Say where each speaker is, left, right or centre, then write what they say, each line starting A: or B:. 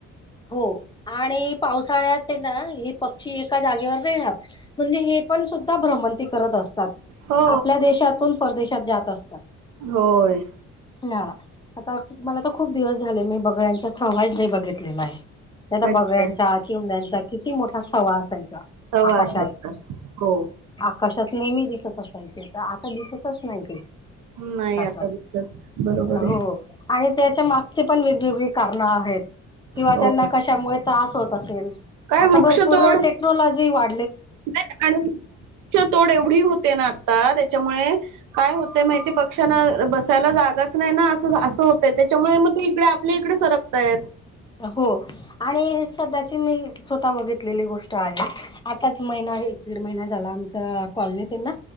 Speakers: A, on the left; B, on the right.
A: हो आणि पावसाळ्यात ना हे पक्षी एका जागेवर नाही राहात म्हणजे हे पण सुद्धा भ्रमती करत असतात
B: हो
A: आपल्या देशातून परदेशात जात असतात
B: होय.
A: ह आता मला तर खूप दिवस झाले मी बघण्या्यांचाचवाज नाही बघित. आता
B: अच्छा
A: बघायचा चिवड्यांचा किती मोठा थवा असायचा
B: तवा
A: आकाशात
B: असायचा हो.
A: कशात नेहमी दिसत असायचे तर आता दिसतच नाही ते
B: नाही
A: आकाशात
B: आता दिसत बरोबर
A: हो.
B: आहे
A: आणि त्याच्या मागचे पण वेगवेगळी कारणं आहेत. किंवा
B: होय
A: त्यांना कशामुळे त्रास होत असेल
B: काय
A: आता
B: वृक्षतोड
A: भरपूर टेक्नॉलॉजी वा.
B: नाही आणि तच्या तोड एवढी होते ना आता त्याच्यामुळे काय होतय माहिती पक्षांना बसायला जागाच नाही ना अस अस हो. त्याच्यामुळे मग ते इकडे आपल्या इकडे सरकताय.
A: हो आणि सध्याची मी स्वत बघितलेली गोष्ट आहे आताच महि एक दीड महिना झाला आमच कॉलनीत ना